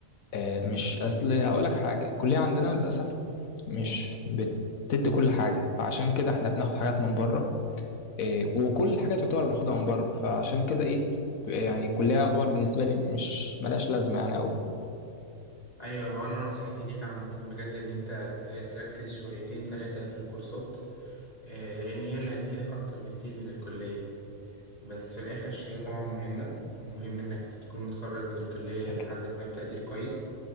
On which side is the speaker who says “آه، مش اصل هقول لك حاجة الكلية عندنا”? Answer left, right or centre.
Left